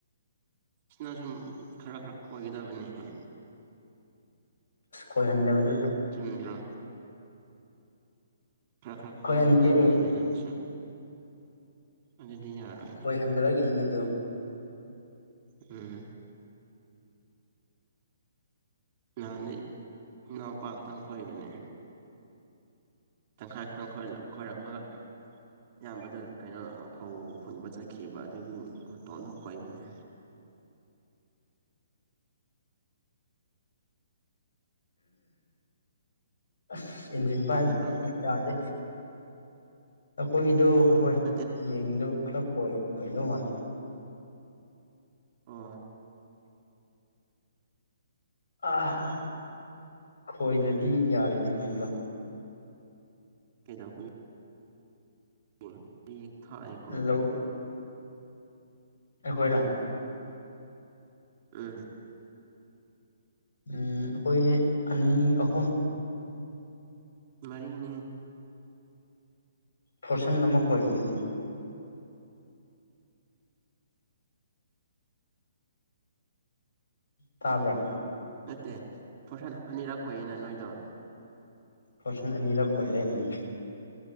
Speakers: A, on the right (about 35°); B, on the left (about 70°).
A: ꯁꯤꯅ ꯁꯨꯝ ꯈꯔ ꯈꯔꯛ ꯈꯣꯏꯒꯗꯕꯅꯤꯍꯦ
B: ꯑꯁ ꯈꯣꯏꯍꯟꯗꯕꯗꯨꯕꯨ
A: ꯆꯨꯝꯗ꯭ꯔ‌ꯣ ꯈꯔ ꯈꯔꯛ ꯈꯣꯏꯍꯟꯒꯗꯕꯅꯤꯍ‌ꯦ
B: ꯈꯣꯏꯍꯟꯗꯦ
A: ꯅꯪꯁꯨ ꯑꯗꯨꯗꯤ ꯌꯥꯔꯣꯏ
B: ꯈꯣꯏ ꯍꯟꯗꯕꯒꯤꯅꯤꯅꯦ ꯑꯗꯨꯝ
A: ꯎꯝ ꯅꯍꯥꯟꯗꯩ ꯏꯅꯥꯎꯄꯥ ꯈꯛꯇꯪ ꯈꯣꯏꯕꯅꯦ ꯇꯪꯈꯥꯏ ꯈꯛꯇꯪ ꯈ‌ꯣꯏ ꯈꯣꯏꯔꯝꯃꯒ ꯏꯌꯥꯝꯕꯗ ꯀꯩꯅꯣ ꯐꯧ ꯍꯨꯟꯕ ꯆꯠꯈꯤꯕ ꯑꯗꯨꯒꯤ ꯃꯇꯣꯝꯇ ꯈꯣꯏꯕꯅꯦ
B: ꯑꯁ ꯏꯟꯖꯤꯟ ꯄꯥꯏꯞ
A: ꯑꯣꯏꯗꯣꯏꯔꯣ
B: <unintelligible> ꯌꯥꯗꯦ ꯑꯩꯈꯣꯏꯗꯣ ꯍꯣꯏ
A: ꯅꯠꯇꯦ
B: ꯍꯌꯦꯡꯗꯣ ꯈꯔ ꯈꯣꯏ ꯈꯣꯏꯗꯧ ꯃꯥꯜꯂꯦ
A: ꯑꯣ
B: ꯑꯥ ꯈꯣꯏꯗ꯭ꯔꯗꯤ ꯌꯥꯔ‌ꯣꯏꯅꯦ ꯍꯨꯟꯕ
A: ꯀꯩꯗꯧꯕ ꯒꯤ ꯄꯤ ꯊꯥꯥꯏꯌ‌ꯦꯀ‌ꯣ
B: ꯂꯧ ꯑꯩꯈꯣꯏꯔ‌ꯣ
A: ꯎꯝ
B: ꯎꯝ ꯑꯩꯈꯣꯏ ꯑꯅꯤ ꯑꯍꯨꯝ
A: ꯃꯔꯤꯅꯤꯍ‌ꯦ
B: ꯐꯣꯔꯁꯟ ꯑꯃ ꯈ‌ꯣꯏꯔꯤꯗꯨꯗꯤ ꯇꯥꯕ꯭ꯔꯥ
A: ꯅꯠꯇꯦ ꯐ‌ꯣꯔꯁꯟ ꯑꯅꯤꯔꯛ ꯈꯣꯏꯌ‌ꯦꯅꯥ ꯅꯣꯏꯗꯣ
B: ꯐꯣꯔꯁꯟ ꯑꯅꯤꯔꯛ ꯈꯣꯏꯔꯦ ꯎꯝ